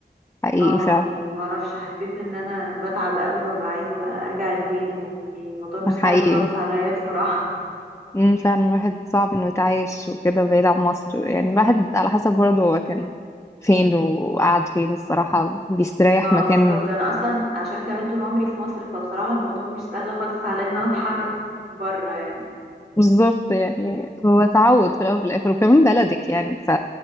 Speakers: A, on the left; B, on the right.
A: حقيقي
B: اه
A: فعلا
B: يعني ما اعرفش حسيت ان انا بتعب قوي وببقى عايزه بقى ارجع البيت و... يعني الموضوع مش
A: حقيقي
B: سهل خالص عليا بصراحه
A: امم فعلا الواحد صعب انه يتعايش وكده بعيد عن مصر يعني
B: <laughs>
A: الواحد على حسب برضه هو كان فين وقعد فين الصراحه بيستريح
B: اه
A: مكان
B: بالظبط انا اصلا عشان كمان طول عمري في مصر فبصراحه الموضوع مش سهل خالص عليا ان انا اتحرك بره يعني
A: بالظبط يعني هو تعود في الاول وفي الاخر وكمان بلدك يعني ف